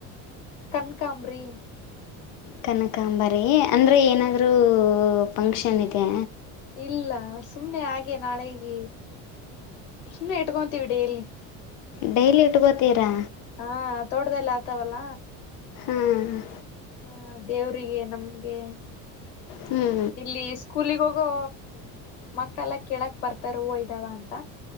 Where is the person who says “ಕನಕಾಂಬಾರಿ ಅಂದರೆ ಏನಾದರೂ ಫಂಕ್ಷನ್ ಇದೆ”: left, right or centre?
Left